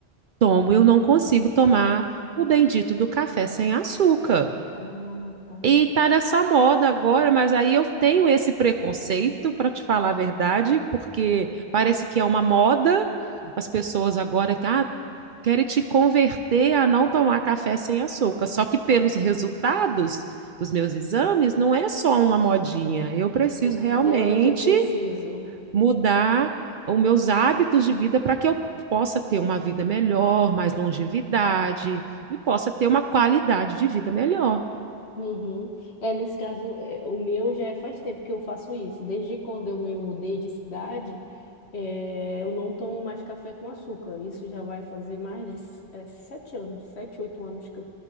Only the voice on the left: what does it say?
Ah, tá.
É,
realmente é preciso.
Uhum. É, nesse caso, é, o meu já é faz tempo que eu faço isso. Desde quando eu me mudei de cidade, é, eu não tomo mais café com açúcar. Isso já vai fazer mais de s- é, sete anos, sete, oito anos que eu,